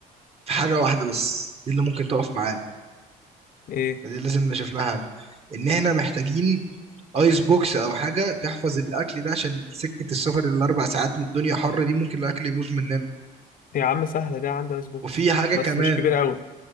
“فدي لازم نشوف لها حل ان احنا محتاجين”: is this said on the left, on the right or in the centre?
Right